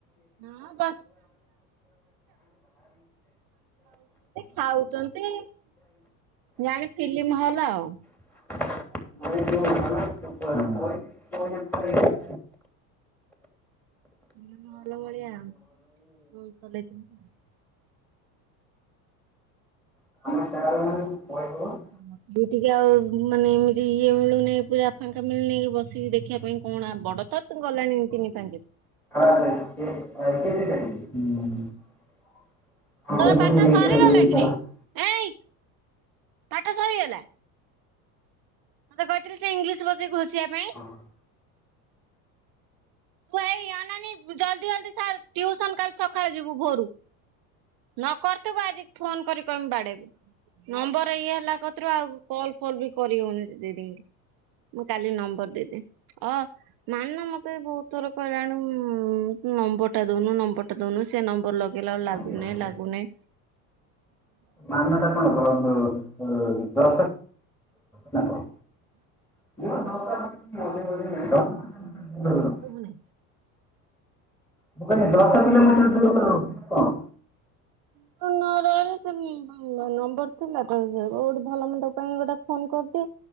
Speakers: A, on the right; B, in the centre.
A: <unintelligible> ଖାଉଚନ୍ତି, ଜାଣି ଫିଲିମ୍ ହଲ ଆଉ।
B: <unintelligible>
A: <inaudible>
B: <unintelligible>
A: <inaudible> ଆଉ ମାନେ ଇମିତି ଇଏ ମିଳୁନି, ପୁରା ଫାଙ୍କା ମିଳୁନି କି ବସିକି ଦେଖିବା ପାଇଁ। କ'ଣ ବଡ଼ ତ ତ ଗଲାଣି ତିନି ପା
B: <unintelligible> <unintelligible>
A: ତୋର ପାଠ ସରିଗଲା କିରେ? ଏଇ ପାଠ ସରିଗଲା। ତତେ କହିଥିଲି ସେ ଇଂଲିଶ୍ ବସି ଘୋଷିବା ପା
B: <inaudible>
A: ତୁ ଏଇ ଅନାନି ଜଲ୍ଦୀ ଜଲ୍ଦୀ ସାରେ ଟିଉସନ୍ କଲି ସଖାଳେ ଯିବୁ ଭୋରୁ। ନକରିଥିବୁ ଆଜି ଫୋନ୍ କରିକି କହିମି ବାଡେଇବୁ। ନମ୍ବର୍ ଏଇ ହେଲା କତ୍ରୁ ଆଉ କଲ୍ ଫଲ୍ ବି କରି ହୋଉନି। ସେ ଦିଦିଙ୍କି ମୁଁ କାଲି ନମ୍ବର୍ ଦେଇଦେବି ଅ ମାନ ମତେ ବୋହୁତୁ ଥର କହିଲାଣି ଉଁ ନମ୍ବର ଟା ଦୋଉନୁ ନମ୍ବର ଟା ଦୋଉନୁ ସେ ନମ୍ବର ଲଗ୍ ଗେଇଲା ବେଳୁ ଲାଗୁନେଇ
B: ହଁ।
A: ଲାଗୁନେଇ।
B: ମାନ ଟା କଣ <unintelligible> ନା କଣ। <unintelligible>
A: ଶୁବୁ <unintelligible>
B: ମୁଁ କହିଲି ଦଶ କିଲୋମିଟର୍ <unintelligible> କଣ।
A: <unintelligible> <unintelligible> ନମ୍ବର୍ ଥିଲା ତ ଯେ <unintelligible> ଭଲ ମନ୍ଦ ପାଇଁ ଗୋଟେ ଫୋନ୍ <unintelligible>